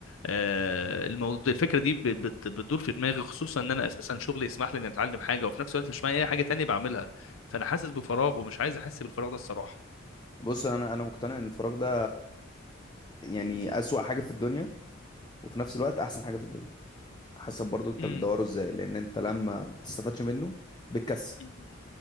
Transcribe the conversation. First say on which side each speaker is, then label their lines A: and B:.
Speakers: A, on the left (about 80°); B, on the left (about 20°).
A: آه الموضوع الفكرة دي بت- بت- بتدور في دماغي خصوصا ان انا اساسا شغلي يسمح لي اني اتعلم حاجة وفي نفس الوقت مش معايا اي حاجة تانية بعملها فانا حاسس بفراغ ومش عايز احس بالفراغ ده الصراحة
B: بص انا انا مقتنع ان الفراغ ده يعني اسوأ حاجة في الدنيا وفي نفس الوقت احسن حاجة في الدنيا حسب برضو انت
A: امم
B: بتدوره ازاي لان انت لما ما بتستفادش منه بتكسل
A: أمم.